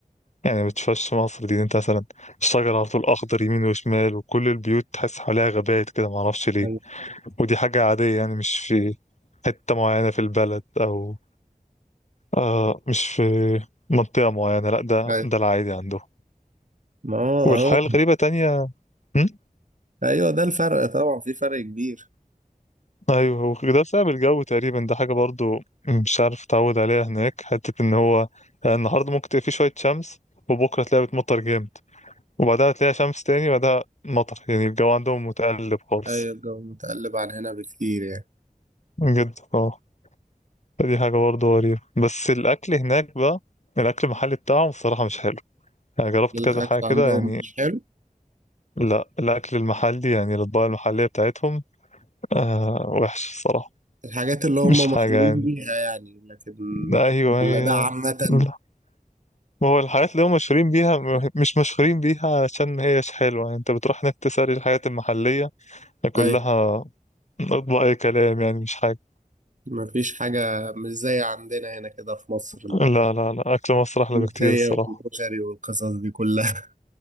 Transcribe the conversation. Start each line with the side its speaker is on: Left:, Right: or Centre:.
Left: يعني ما تشوفش مصر دي انت مثلا الشجر على طول اخضر يمين وشمال وكل البيوت تحس حواليها غابات كده ما اعرفش ليه
Right: ايوه
Left: ودي حاجة عادية يعني مش في حتة معينة في البلد او آه مش في منطقة معينة لا ده
Right: ايوه
Left: ده العادي عنده
Right: ما
Left: والحاجة
Right: هو هو
Left: الغريبة تانية هم؟
Right: أيوه ده الفرق طبعا في فرق كبير
Left: ايوه هو ده بسبب الجو تقريبا ده حاجة برضو مش عارف اتعود عليها هناك حتة ان هو يعني النهاردة ممكن تلاقي فيه شوية شمس وبكرة تلاقيها بتمطر جامد وبعدها تلاقيها شمس تاني وبعدها مطر يعني الجو عندهم متقلب خالص
Right: ايوه الجو متقلب عن هنا بكتير يعني
Left: جدا اه فدي حاجة برضه غريبة بس الأكل هناك بقى الأكل المحلي بتاعهم الصراحة مش حلو يعني جربت
Right: الاكل
Left: كذا حاجة كده
Right: عندهم
Left: يعني
Right: مش حلو
Left: لا الأكل المحلي يعني الأطباق المحلية بتاعتهم آه وحشة الصراحة
Right: الحاجات اللي هم
Left: مش حاجة
Right: مشهورين
Left: يعني
Right: بيها يعني لكن
Left: لا، أيوه
Right: ولا
Left: هي
Right: ده عامة
Left: لا ما هو الحاجات اللي هم مشهورين بيها م- مش مشهورين بيها عشان ما هيش حلوة يعني أنت بتروح هناك تسأل الحاجات المحلية كلها
Right: ايوه
Left: أطباق أي كلام يعني مش حاجة
Right: مفيش حاجة مش زي عندنا هنا كده في مصر
Left: لا لا لا أكل مصر أحلى
Right: الملوخية
Left: بكتير الصراحة
Right: والكشري والقصص دي كلها